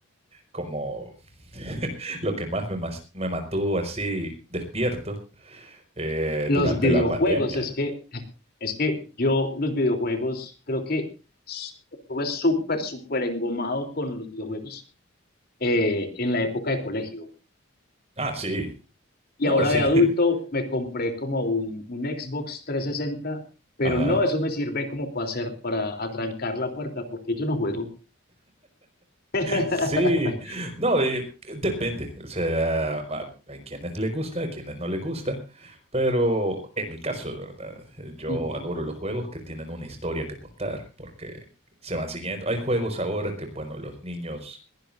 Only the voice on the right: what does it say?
como <laughs> lo que más me, mas- me mantuvo así despierto eh,
durante
la pandemia.
Ah, sí.
No,
sí.
<laughs>
Ajá.
Sí. No, eh, depende. O sea, a- hay quienes les gusta, a quienes no les gusta. Pero en mi caso, ¿verdad? Yo
adoro los juegos que tienen una historia que contar, porque se van siguiendo. Hay juegos ahora que, bueno, los niños